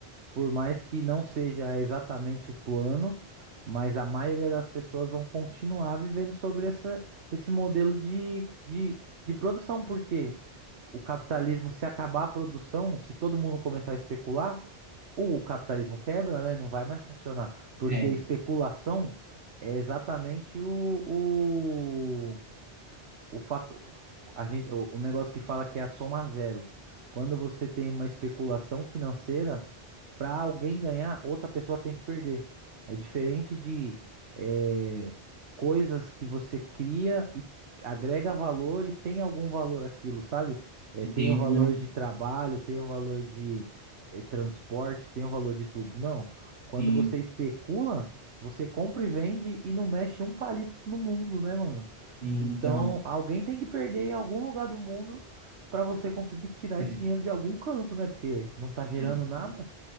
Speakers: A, on the right; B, on the right.
A: Por mais que não seja exatamente o plano, mas a maioria das pessoas vão continuar vivendo sobre essa, esse modelo de, de, de produção, porque o capitalismo, se acabar a produção, se todo mundo começar a especular, ou o capitalismo quebra, né? Não vai mais funcionar, porque
B: É,
A: a especulação é exatamente o, o fato, a gente, o, o negócio que fala que é a soma zero. Quando você tem uma especulação financeira, para alguém ganhar, outra pessoa tem que perder. É diferente de eh, coisas que você cria e agrega valor e tem algum valor aquilo, sabe? Eh,
B: e
A: tem
B: tem,
A: o valor
B: não,
A: de trabalho, tem o valor de eh, transporte, tem o valor de tudo. Não. Quando
B: tem,
A: você especula, você compra e vende e não mexe um palito no mundo, né, mano?
B: tem,
A: Então,
B: então,
A: alguém tem que perder em algum lugar do mundo para você conseguir tirar
B: é,
A: esse dinheiro de algum canto, né? Porque não tá gerando
B: é.
A: nada.